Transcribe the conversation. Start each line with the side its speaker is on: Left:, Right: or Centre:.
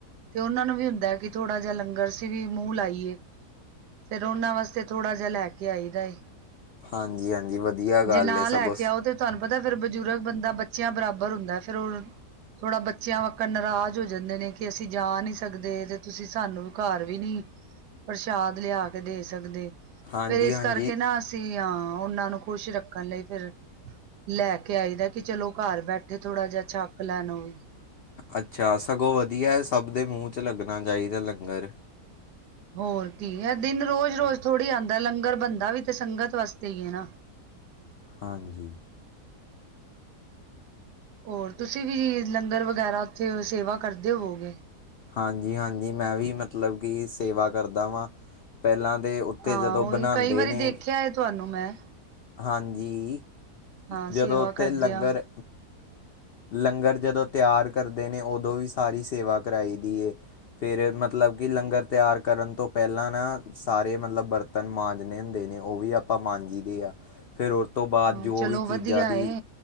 Right: ਤੇ ਉਹਨਾਂ ਨੂੰ ਵੀ ਹੁੰਦਾ ਕਿ ਥੋੜਾ ਜਿਹਾ ਲੰਗਰ ਸੀ ਵੀ ਮੂੰਹ ਲਾਈਏ ਫ਼ਿਰ ਉਹਨਾਂ ਵਾਸਤੇ ਥੋੜਾ ਜਿਹਾ ਲੈ ਕੇ ਆਈ ਦਾ ਏ
Left: ਹਾਂਜੀ ਹਾਂਜੀ ਵਧੀਆ ਗੱਲ
Right: ਜੇ ਨਾ
Left: ਸਗੋਂ
Right: ਲੈ ਕੇ ਆਓ ਤੇ ਤੁਹਾਨੂੰ ਪਤਾ ਫਿਰ ਬਜ਼ੁਰਗ ਬੰਦਾ ਬੱਚਿਆਂ ਬਰਾਬਰ ਹੁੰਦਾ ਫੇਰ ਥੋੜਾ ਬੱਚਿਆਂ ਵਾਂਗ ਨਾਰਾਜ਼ ਹੋ ਜਾਂਦੇ ਨੇ ਕਿ ਅਸੀਂ ਜਾ ਨਹੀਂ ਸਕਦੇ ਤੇ ਤੁਸੀਂ ਸਾਨੂੰ ਵੀ ਘਰ ਵੀ ਨਹੀ ਪ੍ਰਸ਼ਾਦ ਲਿਆ ਕੇ ਦੇ ਸਕਦੇ
Left: ਹਾਂਜੀ
Right: ਫਿਰ ਇਸ
Left: ਹਾਂਜੀ।
Right: ਕਰਕੇ ਨਾ ਸੀ ਹਾਂ ਉਹਨਾਂ ਨੂੰ ਖ਼ੁਸ਼ ਰੱਖਣ ਲਈ ਫਿਰ ਲੈ ਕੇ ਆਈ ਦਾ ਕਿ ਚਲੋ ਘਰ ਬੈਠੇ ਥੋੜ੍ਹਾ ਜਿਹਾ ਛੱਕ ਲੈਣ ਹੋ ਵੀ
Left: ਅੱਛਾ ਸਗੋਂ ਵਧੀਆ ਸਭ ਦੇ ਮੂੰਹ ' ਲੱਗਣਾ ਚਾਹੀਦਾ ਲੰਗਰ
Right: ਹੋਰ ਕੀ ਹੈ ਦਿਨ ਰੋਜ਼ ਰੋਜ਼ ਥੋੜ੍ਹੀ ਆਉਂਦਾ ਲੰਗਰ ਬੰਦਾ ਵੀ ਤੇ ਸੰਗਤ ਵਾਸਤੇ ਹੀ ਹੈ ਨਾ
Left: ਹਾਂਜੀ
Right: ਹੋਰ ਤੁਸੀਂ ਵੀ ਲੰਗਰ ਵਗੈਰਾ ਉੱਥੇ ਸੇਵਾ ਕਰਦੇ ਹੋਵੋਗੇ
Left: ਹਾਂਜੀ ਹਾਂਜੀ ਮੈਂ ਵੀ ਮਤਲਬ ਕਿ ਸੇਵਾ ਕਰਦਾ ਵਾਂ ਪਹਿਲਾਂ ਦੇ ਉੱਤੇ
Right: ਹਾਂ
Left: ਜਦੋਂ
Right: ਉਹੀ
Left: ਬਣਾਉਂਦੇ
Right: ਕਈ ਵਾਰੀ
Left: ਨੇ
Right: ਦੇਖਿਆ ਤੁਹਾਨੂੰ ਮੈਂ
Left: ਹਾਂਜੀ
Right: ਹਾਂ
Left: ਜਦੋਂ
Right: ਸੇਵਾ
Left: ਉਥੇ
Right: ਕਰਦਿਆਂ
Left: ਲੰਗਰ ਲੰਗਰ ਜਦੋਂ ਤਿਆਰ ਕਰਦੇ ਨੇ ਉਦੋਂ ਵੀ ਸਾਰੀ ਸੇਵਾ ਕਰਵਾਈ ਦੀ ਫਿਰ ਮਤਲਬ ਕਿ ਲੰਗਰ ਤਿਆਰ ਕਰਨ ਤੋਂ ਪਹਿਲਾਂ ਨਾ ਸਾਰੇ ਮਤਲਬ ਵਰਤ ਬਰਤਨ ਮਾਂਜਣੇ ਹੁੰਦੇ ਨੇ ਉਹ ਵੀ ਆਪਾਂ ਮਾਂਜੀਦੇ ਆ। ਫਿਰ ਉਸ ਤੋਂ ਬਾਅਦ
Right: ਹਾਂ
Left: ਜੋ
Right: ਚਲੋ
Left: ਵੀ
Right: ਵਧੀਆ
Left: ਚੀਜ਼ਾਂ ਦੀ
Right: ਹੈ।